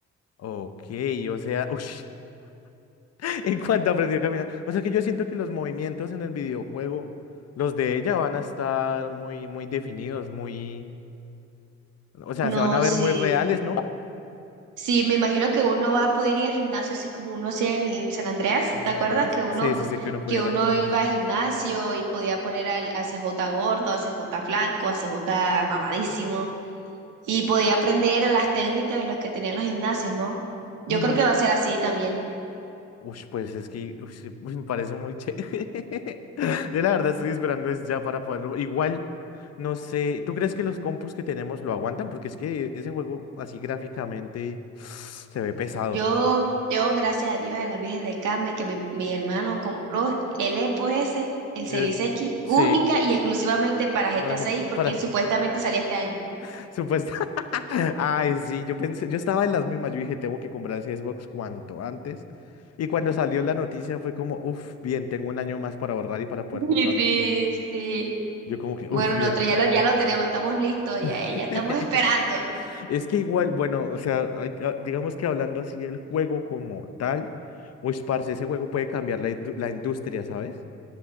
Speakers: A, on the left; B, on the right.
A: Ok, o sea, ush, <laughs> en cuanto aprendió a caminar. O sea que yo siento que los movimientos en el videojuego, los de ella van a estar muy, muy definidos, muy, o sea, se
B: No,
A: van a ver
B: sí.
A: muy reales, ¿no?
B: Sí, me imagino que uno va a poder ir al gimnasio así como uno hacía en San Andreas.
A: En
B: ¿Te
A: San
B: acuerdas
A: Andreas.
B: que uno,
A: Sí, sí, sí, que uno pudiera
B: que uno
A: ir al gimnasio.
B: iba al gimnasio y podía poner al, al CJ gordo, al CJ flaco, al CJ mamadísimo? Y podía aprender las técnicas de los que tenían los gimnasios, ¿no? Yo
A: Ujú.
B: creo que va a ser así también.
A: Uy, pues es que ush, uy, me parece muy chévere. <laughs> Yo la verdad estoy esperando es ya para poderlo. Igual, no sé, ¿tú crees que los compus que tenemos lo aguantan? Porque es que ese juego así gráficamente <sighs> se ve pesado.
B: Yo, yo, gracias a Dios, a la Virgen de Carmen, que mi, mi hermano compró el Epo S, el
A: Es-
B: Series X,
A: Sí,
B: única y exclusivamente para GTA
A: para, ju-
B: 6, porque
A: para,
B: supuestamente salía este año.
A: <laughs> supuesto. <laughs> Ay, sí, yo pensé, yo estaba en las mismas, yo dije, tengo que comprar ese Xbox cuanto antes. Y cuando salió la noticia fue como, uff, bien, tengo un año más para ahorrar y para poder
B: <laughs>
A: comprarlo.
B: Sí, sí.
A: Yo como que,
B: Bueno,
A: uff, bien.
B: nosotros ya lo, ya lo tenemos, estamos listos, ya,
A: <laughs>
B: eh, ya estamos esperando.
A: Es que igual, bueno, o sea, hay ah, digamos que hablando así del juego como tal, uy, parce, ese juego puede cambiar la, indu- la industria, ¿sabes?